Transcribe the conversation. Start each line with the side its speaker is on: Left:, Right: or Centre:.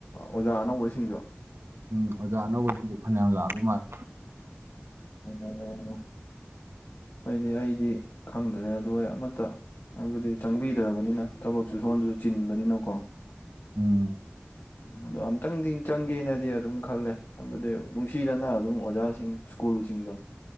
Left: ꯑꯣꯖꯥ ꯑꯅꯧꯕꯁꯤꯡꯖꯨ
Right: ꯎꯝ ꯑꯣꯖꯥ ꯑꯅꯧꯕ ꯁꯤꯡꯖꯨ ꯐꯅꯌꯥꯝ ꯂꯥꯛꯑꯕ ꯃꯥꯜꯂꯦ
Left: ꯑꯗꯨ <unintelligible> ꯍꯣꯏꯅꯦ <unintelligible> ꯑꯩꯗꯤ ꯈꯪꯗ꯭ꯔꯦ ꯑꯗꯨ ꯑꯩ ꯑꯃꯠꯇ ꯑꯗꯨꯗꯤ <unintelligible> ꯆꯪꯕꯤꯗ꯭ꯔꯕꯅꯤꯅ ꯊꯕꯛꯁꯨ ꯁꯣꯝꯗꯁꯨ ꯆꯤꯟꯕꯅꯤꯅꯀꯣ
Right: ꯎꯝ
Left: ꯑꯗꯣ ꯑꯝꯇꯪꯗꯤ ꯆꯪꯒꯦꯅꯗꯤ ꯑꯗꯨꯝ ꯈꯜꯂꯦ ꯍꯥꯏꯕꯗꯤ ꯅꯨꯡꯁꯤꯗꯅꯥ ꯑꯗꯨꯝ ꯑꯣꯖꯥꯁꯤꯡ ꯀꯨꯜꯁꯤꯡꯗꯣ